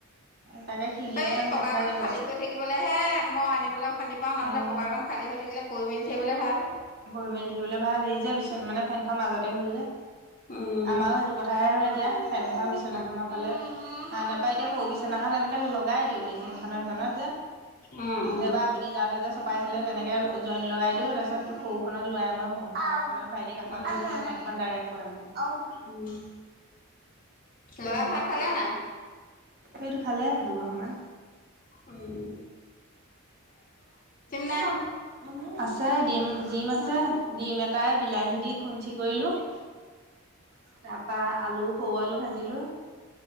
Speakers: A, on the right; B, on the left.
A: তাকে খিৰিকীখন
B: এই পকাাকন
A: ঢাক খাই যাব
B: খালী হৈ থাকিবলৈহে মই আনিবলৈ খান্দি পাও নহলে
A: উম।
B: পকাাকন খালী হৈ থাকিলে পৰি মেলি থাকিবলৈ ভাল
A: বৈ মেল থাকিবলৈ ভাল হেৰি যে পিছত
B: উম
A: মানে ফেনখন মাজতে হ'ল যে
B: উম
A: আমাৰো সেইটো কথা উঠাই হয় এতিয়া চেনখন বিচনাখনত
B: উম
A: ভালে হ নাপায় এতিয়া সৰু বিচনাখন এনেকে লগাই দিওঁ দেইচিখনানৰ সেইখনত যে
B: উম উম
A: এইবাৰ আপুনি যাওঁতে যে চপাইছিলে তেনেকে জইন লগাই দিও তাৰ পিছত সৰুখনত লয়াই মই শ দ খত ভাইটি কাষত
B: উম
A: ফেনখন ডাইৰেক্ প মানে
B: উম লৰা
A: নহ'লে
B: ভাত
A: শুব
B: খালা না
A: সেইটো খালে দুগৰ মমান
B: আৰু নাই
A: উ মমি আছে ডিম ডিম আছে ডিম এটাই বিলাহী দি খুঞ্চি কৰিলো উ তাৰ পৰা আলু সৰু আলু ভাজিলো